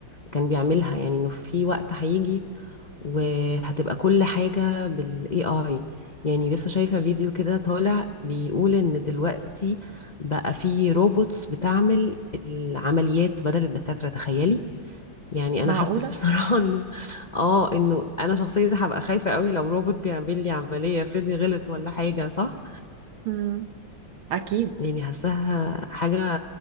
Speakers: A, on the left; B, on the right.
A: كان بيعملها يعني انه في وقت هيجي وهتبقى كل حاجة بالاي اي يعني لسه شايفة فيديو كده طالع بيقول ان دلوقتي بقى في روبوتس بتعمل العمليات بدل الدكاترة تخيلي يعني
B: معقولة؟
A: انا حسيت <laughs> بصراحة انه اه انه انا شخصيا هبقى خايفة قوي لو روبوت بيعمل لي عملية افرضي غلط ولا حاجة صح
B: مم. أكيد
A: يعني حاساها حاجة